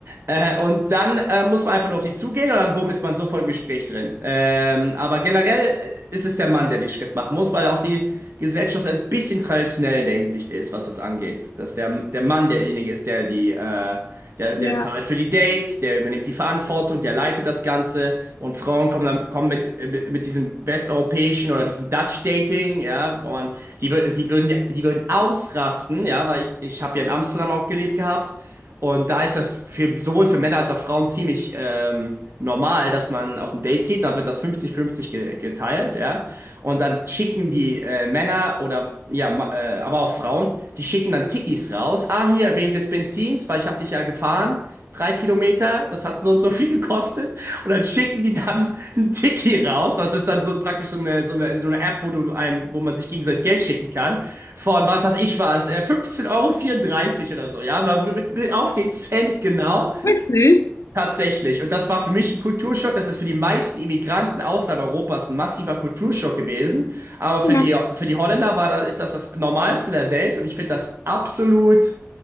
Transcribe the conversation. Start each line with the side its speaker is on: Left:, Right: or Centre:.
Right: Äh, und dann äh, muss man einfach nur auf die zugehen und dann bumm, ist man sofort im Gespräch drin. Ähm, aber generell äh, ist es der Mann, der den Schritt machen muss, weil auch die Gesellschaft ein bisschen traditionell in der Hinsicht ist, was das angeht. Dass der, der Mann derjenige ist, der die, äh, der, der
Left: Ja,
Right: zahlt für die Dates, der übernimmt die Verantwortung, der leitet das Ganze und Frauen kommen dann kommen mit, äh, mit diesem westeuropäischen oder diesem Dutch Dating, ja, wo man, die, wür- die würden, ja, die würden ausrasten, ja, weil ich, ich habe ja in Amsterdam auch gelebt gehabt. Und da ist das für, sowohl für Männer als auch Frauen ziemlich ähm, normal, dass man auf ein Date geht, dann wird das 50-50 ge geteilt, ja. Und dann schicken die äh, Männer oder ja, ma- äh, aber auch Frauen, die schicken dann Tikis raus. Ah, hier, wegen des Benzins, weil ich habe dich ja gefahren. Drei Kilometer, das hat so und so <laughs> viel gekostet. Und dann schicken die dann einen Tiki raus. Was ist dann so praktisch so eine, so eine, so eine App, wo du einem, wo man sich gegenseitig Geld schicken kann. Von was weiß ich was, äh, 15,34 Euro vierunddreißig oder so, ja, aber mit- mit- auf den Cent genau.
Left: wirklich?
Right: Tatsächlich. Und das war für mich ein Kulturschock. Das ist für die meisten Immigranten außerhalb Europas ein massiver Kulturschock gewesen. Aber für
Left: Ja.
Right: die, für die Holländer war, da- ist das das Normalste der Welt. Und ich finde das absolut